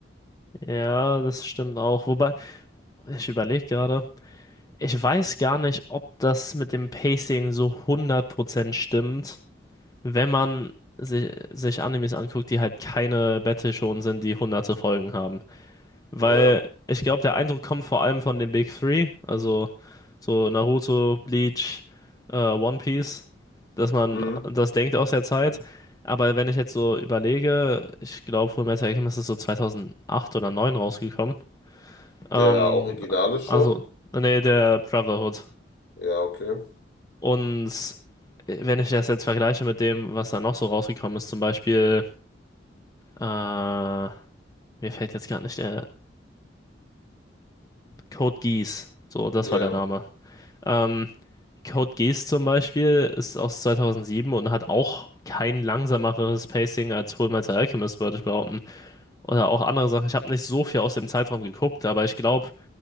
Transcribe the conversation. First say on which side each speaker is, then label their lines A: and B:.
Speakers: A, on the left; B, on the left.
A: ja, das stimmt auch. Wobei, ich überlege gerade, ich weiß gar nicht, ob das mit dem Pacing so hundert Prozent stimmt. wenn man si sich Animes anguckt, die halt keine Battle-Shonen sind, die hunderte Folgen haben. Weil
B: Ja.
A: ich glaube, der Eindruck kommt vor allem von den Big Three, also so Naruto, Bleach, äh, One Piece, dass man
B: Mhm.
A: das denkt aus der Zeit. Aber wenn ich jetzt so überlege, ich glaube, Fullmetal Alchemist ist so 2008 oder 2009 rausgekommen. Ähm,
B: Der Originale schon?
A: also, nee, der Brotherhood.
B: Ja, okay.
A: Und wenn ich das jetzt vergleiche mit dem, was da noch so rausgekommen ist, zum Beispiel Äh, mir fällt jetzt gerade nicht der Code Geass. So, das
B: Ja.
A: war der Name. Ähm, Code Geass zum Beispiel ist aus 2007 und hat auch kein langsameres Pacing als Fullmetal Alchemist, würde ich behaupten. Oder auch andere Sachen. Ich habe nicht so viel aus dem Zeitraum geguckt, aber ich glaube,